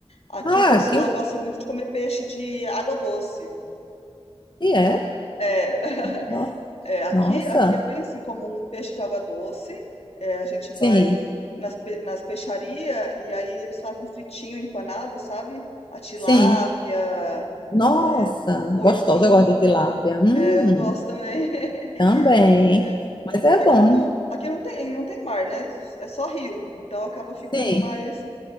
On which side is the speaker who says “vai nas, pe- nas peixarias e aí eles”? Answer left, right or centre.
Left